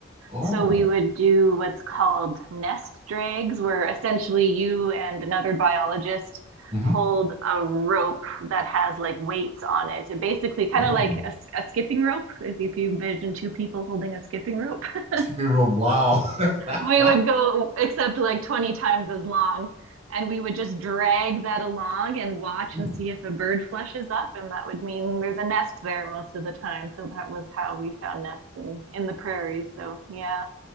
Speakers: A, on the right; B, on the right.
A: Oh,
B: So we would do what's called nest drags, where essentially you and another biologist
A: hmm
B: hold a rope that has like weights on it. It basically kind
A: Oh,
B: of like a a skipping rope, if, if you imagine two people holding a skipping rope. <laughs>
A: chicken rub. Wow. <laughs>
B: We would go except like 20 times as long, and we would just drag that along and watch
A: Mm.
B: and see if a bird flushes up, and that would mean there's a nest there most of the time. So that was how we found nests in in the prairies. So yeah,